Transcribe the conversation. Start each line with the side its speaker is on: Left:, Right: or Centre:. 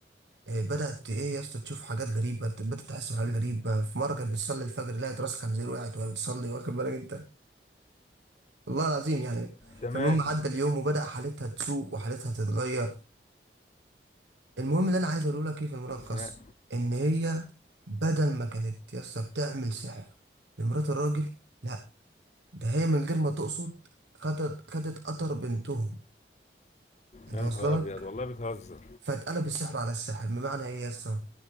Right: آه بدات ايه يا اسطى تشوف حاجات غريبه بدات تحس بحاجات غريبه في مره كانت بتصلي الفجر لقت راس خنزير وقعت وهي بتصلي واخد بالك انت والله العظيم يعني
Left: تمام
Right: فالمهم عدى اليوم وبدأ حالتها تسوء وحالتها تتغير المهم اللي انا عايز اقوله لك ايه في الملخص
Left: تمام
Right: ان هي بدل ما كانت يسا بتعمل سحر لمرات الراجل لا ده هي من غير ما تقصد خدت خدت قطر بنتهم انت
Left: يا
Right: واصله
Left: نهار ابيض
Right: لك
Left: والله بتهزر
Right: فاتقلب السحر على السحر بمعنى ايه يسا